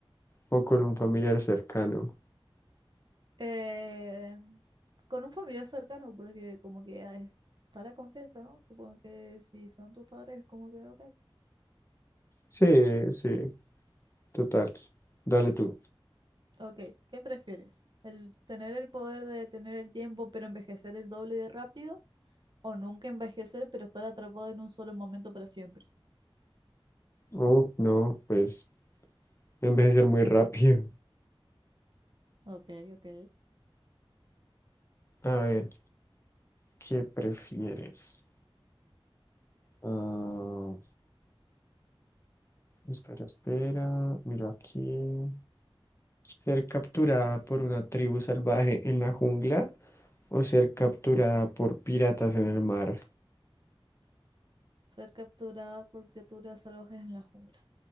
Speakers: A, on the left; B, on the right.
A: o con un familiar cercano?
B: Eh, con un familiar cercano, porque como que ah, está la confianza, ¿no? Supongo que si son tus padres, como que, ok.
A: Sí, sí, total. Dale tú.
B: Ok, ¿qué prefieres? ¿El tener el poder de detener el tiempo pero envejecer el doble de rápido? ¿O nunca envejecer pero estar atrapado en un solo momento para siempre?
A: Oh, no, pues envejecer muy rápido.
B: Ok, ok.
A: A ver, ¿qué prefieres? Ah, espera, espera. Miro aquí. ¿Ser capturada por una tribu salvaje en la jungla o ser capturada por piratas en el mar?
B: Ser capturada por criaturas salvajes en la jungla.